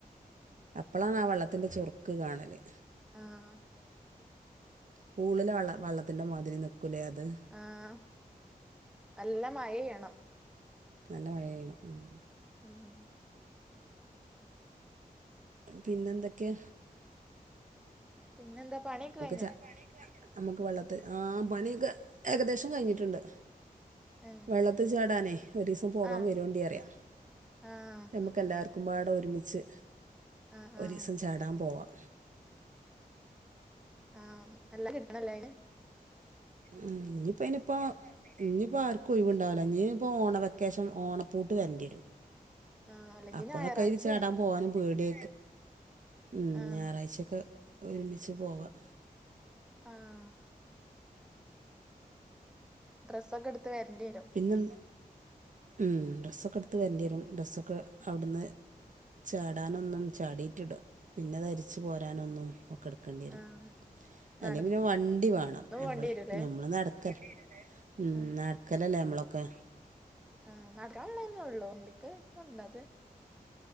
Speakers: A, on the right; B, in the centre.
A: അപ്പളാണ് ആ വള്ളത്തിൻ്റെ ചൊറുക്ക് കാണല്
B: ആഹ്
A: പൂളില് വള്ള വള്ളത്തിന്റെ മാതിരി നിക്കു കുലേ അത്
B: ആഹ് നല്ല മഴയ്യണം
A: നല്ല മഴ പെയ്യണം
B: മ് മ്ഹ്
A: പിന്നെ എന്തൊക്കെയ
B: പിന്നെന്താ പണിയൊക്കെ കഴിഞ്ഞാ
A: ച നമുക്ക് വെള്ളത്തിൽ ആ പണിയൊക്കെ ഏകദേശം കഴിഞ്ഞിട്ടുണ്ട്
B: ഏഹ്
A: വെള്ളത്തി ചാടാനേ ഒരു ദിവസം പോകാൻ
B: ആഹ്
A: വരൂണ്ടി പറയാ
B: ആഹ്
A: നമുക്കെല്ലാർക്കും ആട ഒരു ഒരുമിച്ച്
B: ആഹ്
A: ഒരു
B: ആഹ്
A: ദിവസം ചാടാൻ പോവാം
B: ആഹ് എല്ലാം കിട്ടണല്ലേണ്
A: ഉം ഇനിപ്പ ഇനിപ്പോ ഇനിപ്പ ആർക്കും ഒയിവുണ്ടാവൂല ഇനീ ഇപ്പൊ ഓണ വെക്കേഷൻ ഓണപ്പൂട്ട് വരേണ്ടി വരും
B: ആഹ് അല്ലെങ്കി
A: അപ്പോഴൊക്കെ
B: ഞായറാഴ്ചേ
A: ഇത് ചാടാൻ പോവാനും പേടി ഉം
B: ആഹ്
A: ഞായറാഴ്ചൊക്കെ ഒരുമിച്ച് പോകാം
B: ആഹ് ഡ്രസ്സൊക്കെടു ത്ത് വരണ്ടി വരും
A: പിന്നെ ഉം. ഡ്രസ്സൊക്കെ ട്ത്ത് വര്ണ്ടിയേരും, ഡ്രസ്സൊക്കെ അവിടുന്ന് ചാടാനൊന്നും ചാടിട്ടിടാ പിന്ന ധരിച്ച് പോരാനൊന്നും ഒ ക്കട്ക്കണ്ടിയേരും.
B: ആഹ്
A: അല്ലെല്
B: നടന്ന്
A: പിന്നെ വണ്ടി വാണം നമ്മളെ
B: പോണ്ടി വരൂല്ലേ
A: നമ്മള് നടക്ക ഉം
B: ആഹ്
A: ന ല്ലേ നമ്മളൊക്കെ
B: ആഹ് നടക്കാനൊള്ളതന്നെ ഉള്ളു വണ്ടിക്ക് <unintelligible>